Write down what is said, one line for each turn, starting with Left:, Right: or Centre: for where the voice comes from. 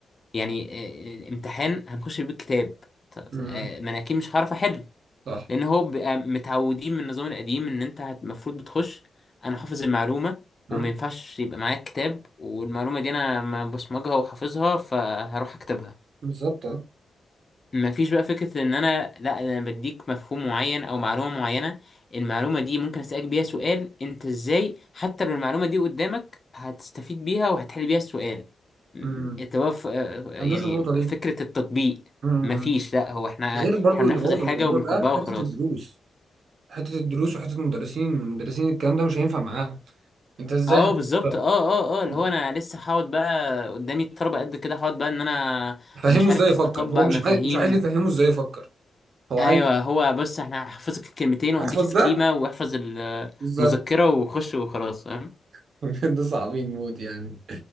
Left: يعني آه، آه، امتحان هنخش بيه الكتاب طب-
Right: مم.
Left: آه، ما انا اكيد مش هعرف احل
Right: صح
Left: لان هو بيبقى متعودين من النظام القديم ان انت هت- المفروض بتخش انا حافظ المعلومه
Right: مم.
Left: وما ينفعش يبقى معايا كتاب والمعلومه دي انا ما بصمجها وحافظها فهروح اكتبها
Right: بالظبط آه.
Left: مفيش بقى فكرة ان انا لا انا بديك مفهوم معين او معلومة معينة المعلومة دي ممكن اسألك بيها سؤال انت ازاي حتى لو المعلومة دي قدامك هتستفيد بيها وهتحل بيها السؤال م،
Right: امم
Left: التوف آه، يعني
Right: عندوش النقطة دي
Left: فكرة التطبيق
Right: امم
Left: مفيش لا هو احنا
Right: غير
Left: احنا
Right: برضو
Left: بنحفظ
Right: اللي بوظ
Left: الحاجة
Right: الموضوع
Left: وبنكبها
Right: ده
Left: وخلاص
Right: حتة الدروس حتة الدروس وحتة المدرسين المدرسين الكلام ده مش هينفع معاهم انت ازاي
Left: اه
Right: هتفكر
Left: بالظبط اه اه اه اللي
Right: انت
Left: هو انا لسه هقعد بقى قدامي الطلبة قد كده هقعد بقى ان انا
Right: فهمه
Left: مش
Right: ازاي
Left: عارف
Right: يفكر
Left: اطبق
Right: هو مش
Left: مفاهيم
Right: عايز مش عايز يفهمه ازاي يفكر هو
Left: ايوه
Right: عايز
Left: هو بص احنا هحفظك الكلمتين وهديك
Right: احفظ
Left: سكيمه
Right: ده
Left: واحفظ
Right: بالظبط
Left: المذكره وخش وخلاص فاهم
Right: <laughs> بجد صعبين موت يعني